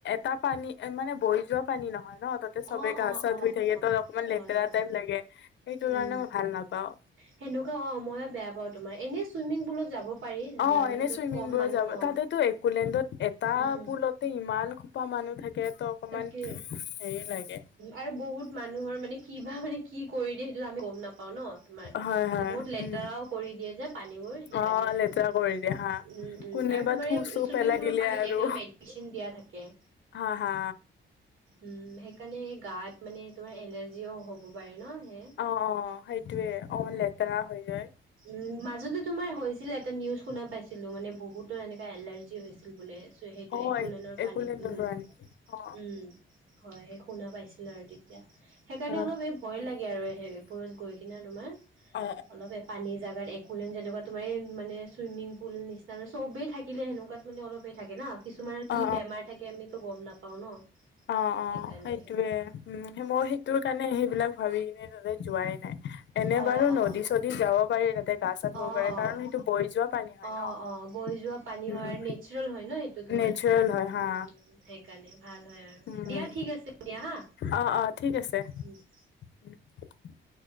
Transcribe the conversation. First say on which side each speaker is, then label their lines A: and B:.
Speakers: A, on the left (about 60°); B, on the right (about 80°).
A: তাৰ পানী এ মানে বৈ যোৱা পানী নহয়। ন তাতে চবে
B: অ',
A: গা
B: অ',
A: চা
B: অ',
A: ধুই থাকে
B: অ',
A: ত অকমান
B: হয়,
A: লেতেৰা
B: হয়,
A: টাইপ লাগে সেইটো
B: উম।
A: কাৰণে মই ভাল নাপাওঁ।
B: সেনেকুৱা অ ময়ে বেয়া পাওঁ তোমাৰ এনে চুইমিং পুলত যাব, পাৰি
A: অ
B: মানে
A: এনেই
B: য'ত
A: চুইমিং
B: কম
A: পুল
B: মানুহ
A: যাব
B: অ
A: তাতেটো একোলেণ্ডত এটা
B: উম
A: পুলত, ইমান খোপা মানুহ থাকে ত, অকমান
B: তাকে
A: হেৰি লাগে
B: আৰু বহুত মানুহৰ মানে কিবা মানে কি কৰি দিয়ে সেইটো আমি। গম নাপাও ন তোমাৰ এই
A: হয় হয়
B: বহুত লেতেৰাও
A: উম
B: কৰি দিয়ে যে পানীবোৰ সেইকাৰণে
A: অ
B: আৰু
A: লেতেৰা
B: উম
A: কৰি দিয়ে হা
B: উম
A: কোনেবা
B: আৰু তোমাৰ
A: থু
B: এই
A: চু
B: চুইমিং
A: পেলাই
B: পুলৰ
A: দিলে
B: পানীত
A: আৰু
B: এনেও মেডিচিন দিয়া থাকে।
A: হা হা,
B: উম সেইকাৰণে গাত মানে তোমাৰ এলাৰ্জিও হব পাৰে ন সে,
A: অ অ সেইটোয়ে অলপমান লেতেৰা হৈ যায়।
B: উম মাজতে তোমাৰ হৈছিলে এটা নিউজ শুনা পাইছিলো মানে বহুত ত এনেকুৱা এনেকুৱা এলাৰ্জি হৈছিল বোলে চ সেইটো
A: অ
B: একোলেনৰ পানীত,
A: একোলেণ্ড
B: উম
A: পৰা নেকি
B: -
A: অ
B: উম হয় সেই শুনা পাইছিলো আৰু তেতিয়া। সেইকাৰণে
A: অ
B: অলপ এই ভয় লাগে আৰু সেইবোৰত গৈ কিনে তোমাৰ
A: অ অ
B: অলপ, পানী জোগাত একোলেন যেনেকুৱা তোমাৰ মানে ছুইমিং পুল নিচিনা ন চবেই থাকিলে সেনেকুৱাত মানে অলপেই থাকে ন কিছুমানৰ কি
A: অ অ
B: বেমাৰ থাকে আমিতো গম নাপাও ন
A: অ অ
B: সেইকাৰণে
A: সেইটোয়ে উম মই সেইটোৰ কাৰণে সেইবিলাক ভাবি কিনে তাতে যোৱাই নাই এনে
B: অ',
A: বাৰু
B: অ',
A: নদী চদী যাব পাৰি তাতে গা চা ধুব
B: অ',
A: পাৰে
B: অ'।
A: কাৰণ সেইটো বৈ যোৱা পানী হয়
B: অ',
A: ন
B: অ', বৈ যোৱা পানী
A: উম
B: হয় নেচাৰেল হয় ন এইটো তোমাৰ
A: নেচাৰেল হয় হা
B: উম সেইকাৰণে ভাল হয় আৰু
A: উম
B: দিয়া ঠিক আছে দিয়া হা,
A: অ অ ঠিক আছে
B: উম
A: <unintelligible>